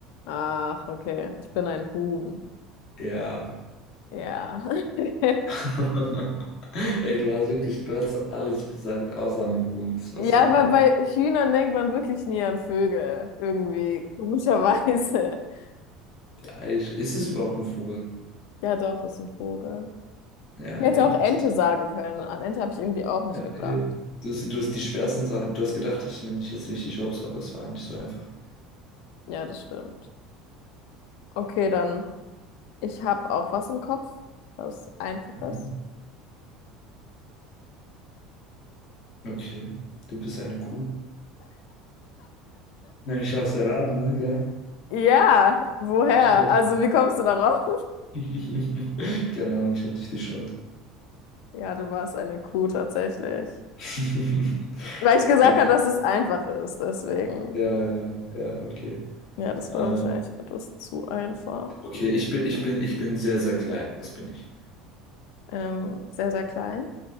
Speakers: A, on the left; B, on the left.
A: Ach, okay. Ich bin ein Huhn.
B: Ja.
A: Ja. <laughs>
B: <laughs> Ey, du hast wirklich, du hast alles gesagt, außer ein Huhn. Es war
A: Ja,
B: so einfach.
A: weil bei Hühnern denkt man wirklich nie an Vögel. Irgendwie. Komischerweise. <laughs>
B: Ja, ich, ist es überhaupt ein Vogel?
A: Ja, doch, ist ein Vogel.
B: Ja,
A: Ich hätte
B: eben.
A: auch Ente sagen können. An Ente habe ich irgendwie auch nicht
B: Ja,
A: gedacht.
B: eben. Das, du hast die schwersten Sachen. Du hast gedacht, ich nehme dich jetzt richtig hops, aber es war eigentlich so einfach.
A: Ja, das stimmt. Okay, dann. Ich habe auch was im Kopf. Was Einfaches.
B: Mhm. Okay. Du bist eine Kuh. Ja, ich hab's erraten, ne? Ja.
A: Ja, woher?
B: Nicht schlecht.
A: Also, wie kommst du darauf?
B: <laughs> Keine Ahnung, ich habe dich durchschaut.
A: Ja, du warst eine Kuh tatsächlich.
B: <laughs>
A: Weil ich gesagt
B: Okay.
A: habe, dass es einfach ist, deswegen.
B: Ja, ja, ja, okay.
A: Ja, das
B: Ähm,
A: war wahrscheinlich etwas zu einfach.
B: okay, ich bin, ich bin, ich bin sehr, sehr klein. Was bin ich?
A: Ähm, sehr, sehr klein.